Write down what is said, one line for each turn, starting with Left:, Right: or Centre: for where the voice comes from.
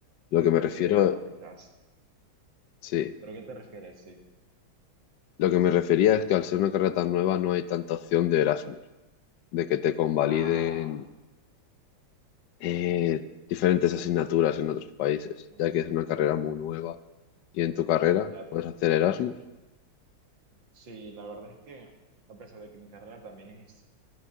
Left: Lo
Right: Yo
Left: que
Right: me
Left: me
Right: metería
Left: refiero,
Right: económicas.
Left: sí,
Right: ¿Pero qué te refieres? Sí.
Left: Lo que me refería es que al ser una carrera tan nueva no hay tanta opción de Erasmus, de que te convaliden
Right: Ah,
Left: eh, diferentes asignaturas en otros países,
Right: mm,
Left: ya que es una carrera muy nueva. ¿Y en tu carrera
Right: ya.
Left: puedes hacer Erasmus?
Right: Sí, la verdad es que a pesar de que mi carrera también es,